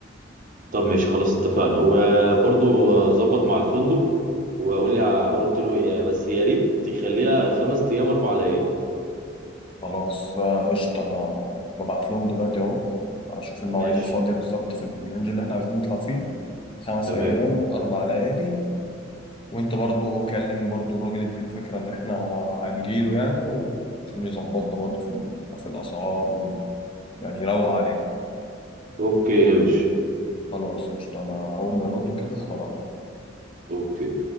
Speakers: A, on the right (about 40°); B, on the left (about 25°).
A: طب ماشي خلاص اتفقنا وبرضو آه، ظبط مع الفندق وقول لي ع- قلت له ايه بس يا ريت تخليها خمس ايام اربع ليالي
B: خلاص آه، قشطة أنا ببعت لهم دلوقتي أهو أشوف المواعيد
A: ماشي
B: الفاضية بالظبط في الرينج اللي إحنا عايزين نطلع فيه خمس
A: تمام
B: أيام أربع ليالي وأنت برضو كلم برضو الراجل يديله فكرة إن إحنا هنجيله يعني و- عشان يظبطنا برضو في ال- في الأسعار وال- يعني يروق علينا
A: اوكي يا باشا
B: خلاص قشطة أنا أول ما يردوا كده هبعت
A: اوكي